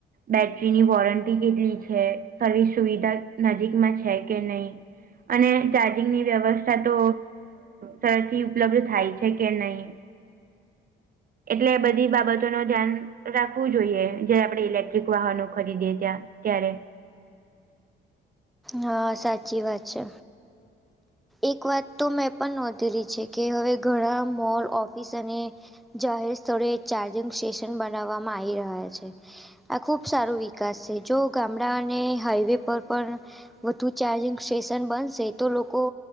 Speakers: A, on the right; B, in the centre.
A: બેટરીની વોરંટી કેટલી છે સર્વિસ સુવિધા નજીકમાં છે કે નહી અને ચાર્જિંગની વ્યવસ્થા તો સરળથી ઉપલબ્ધ થાય છે કે નહીં એટલે બધી બાબતો નો ધ્યાન રાખવું જોઈએ જયારે આપડણે ઇલેક્ટ્રિક વાહનો ખરીદીએ ત્યાં ત્યારે
B: હા સાચી વાત છે એક વાત તો મેં પણ નોંધેલી છે કે હવે ઘણા મોલ ઓફિસ અને જાહેર સ્થળે એક ચાર્જિંગ સ્ટેશન બનાવવામાં આવી રહ્યા છે આ ખૂબ સારો વિકાસ છે જો ગામડા અને હાઈવે પર પણ વધુ ચાર્જિંગ સ્ટેશન બનશે તો લોકો